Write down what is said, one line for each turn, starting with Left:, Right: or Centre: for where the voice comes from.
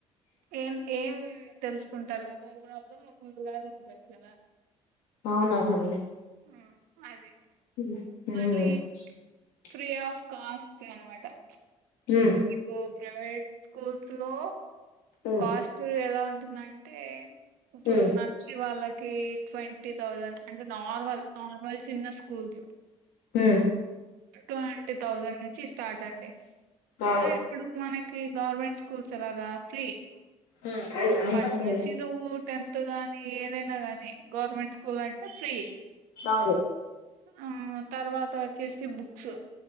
Right: ఏం ఏం తెలుసుకుంటారు. ఒక ప్రాబ్లం ఒక్కొక్కలా ఉంటది కదా.
Left: అవునవునవును అండి
Right: ఆ అది
Left: ఊ
Right: మళ్ళీ ఫ్రీ ఆఫ్ కాస్ట్ అనమాట చ్
Left: మ్మ్
Right: గో ప్రైవేట్ స్కూల్స్ లో
Left: ఉమ్
Right: కాస్ట్ ఎలా నంటే ఇప్పుడు
Left: ఉమ్
Right: నర్చ్చి వాళ్ళకి ఏ ట్వంటీ థౌజండ్ అంటే నార్మల్ నార్మల్ చిన్న స్కు కుల్స
Left: ఉ
Right: ట్వంటీ థౌజండ్ నుంచి ఇ స్టార్ట్ అండి
Left: అవును
Right: సో ఇప్పుడు మనకి కి గవర్నమెంట్స్ స్కూల్స్ ఎలాగా ఫ్రీ
Left: ఉమ్ అయ్ అంతా
Right: ఫస్ట్
Left: ఫ్రీనే
Right: నుంచి నువ్వు టెన్త్ కానీ ఏదైనా కానీ గవర్నమెంట్ స్కూల్ అంటే ఫ్రీ.
Left: అవును
Right: ఆ తర్వాత వచ్చేసి బుక్స్